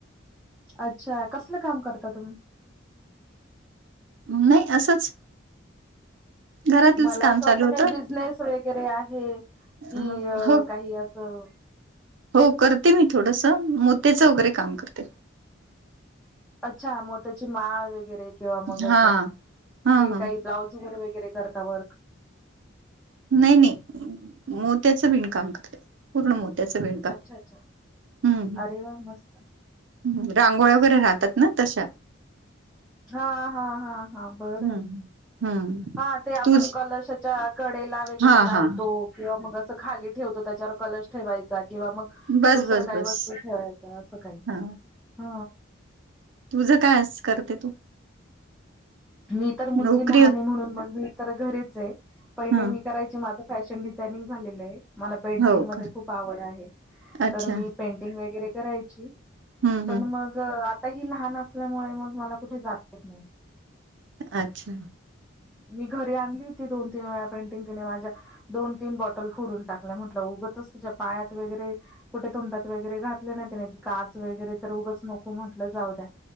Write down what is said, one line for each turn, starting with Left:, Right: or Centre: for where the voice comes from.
Centre: अच्छा कसलं काम करता तुम्ही
Right: नाही असंच. घरातलंच
Centre: मला
Right: काम
Centre: असं
Right: चालू
Centre: वाटलं
Right: होतं
Centre: काही बिझनेस वगैरे आहे कि
Right: अ हो
Centre: काही असं.
Right: हो करते मी थोडसं मोते्याचं वगैरे काम करते.
Centre: अच्छा मग त्याची माळ वगैरे किंवा मग
Right: हा
Centre: असं
Right: हा हा
Centre: काही ब्लाउज वर वगैरे करत. तवरक
Right: नाही नाही मोत्याचं विणकाम करते पूर्ण मोत्याच विणकाम
Centre: अच्छा अच्छा
Right: हम्म.
Centre: वा मस्त.
Right: ह रांगोळ वगैरे राहतात ना तशा
Centre: हा हा हा हा बरं
Right: हम्म
Centre: आहे.
Right: हम्म.
Centre: हा ते आपण
Right: तूच
Centre: कलशाच्या कडेला वगैरे
Right: हा
Centre: लावतो.
Right: हा
Centre: किंवा मग असं खाली ठेवतो त्याच्यावर कलश ठेवायचा किंवा मग
Right: बस
Centre: दुसरं
Right: बस
Centre: काही
Right: बस
Centre: वस्तू ठेवायचं असं काही
Right: हा
Centre: ह.
Right: तुझं काय करते तू
Centre: मी तर मुलगी
Right: नोकरी
Centre: लहान आहे म्हणून मग मी तर घरीच आहे पहिले
Right: हा
Centre: मी करायची माझं. फॅशन डिझायनिंग झालेलं आहे मला पेंटिंग
Right: हो
Centre: मध्ये
Right: का
Centre: खूप आवड आहे
Right: अच्छा
Centre: तर मी पेंटिंग वगैरे करायची
Right: हम्म
Centre: पण
Right: हम्म
Centre: मग आता ही लहान असल्यामुळे मग मला कुठे जातेत नाही.
Right: अच्छा.
Centre: मी घरी आणली होती दोन तीन वेळा पेंटिंग तिने माझ्या दोन तीन बॉटल फोडून टाकल्या म्हटलं उगतच त्याच्या पायात वगैरे कुठे तोंडात वगैरे घातले ना त्यािने त काच वगैरे तर रगच नको म्हटलं जाऊ द्या.